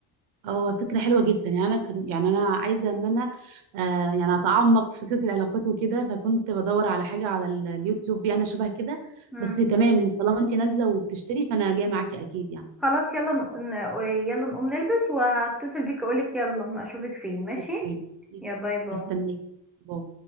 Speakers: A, on the right (about 80°); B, in the centre.
A: هو فكرة حلوة جدا يعني أنا كان يعني أنا عايزة إن أنا آه يعني أتعمق في فكرة العلاقات وكده فكنت بدور على حاجة على ال- اليوتيوب يعني شبه كده
B: مم.
A: بس تمام طالما أنت نازلة وبتشتري فأنا جاية معاكي أكيد يعني
B: خلاص يلا ن... ن- يلا نقوم نلبس وهتصل بيك اقولك يلا اشوفك فين ماشي
A: أوكي ماشي.
B: يا باي باي
A: هستناكي باي